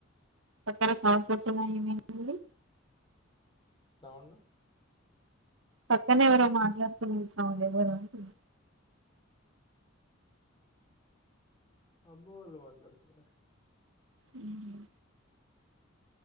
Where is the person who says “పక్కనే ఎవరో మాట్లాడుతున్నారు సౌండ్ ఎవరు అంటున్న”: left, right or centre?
Right